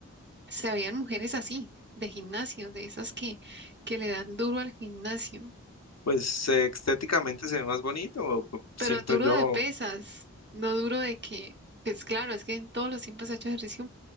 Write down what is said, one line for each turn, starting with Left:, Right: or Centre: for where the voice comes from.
Right: se veían mujeres así, de gimnasio, de esas que, que le dan duro al gimnasio,
Left: Pues eh, estéticamente se ve más bonito, p- siento
Right: pero duro
Left: yo.
Right: de pesas, no duro de que, pues claro, es que en todos los tiempos he hecho ejercicio,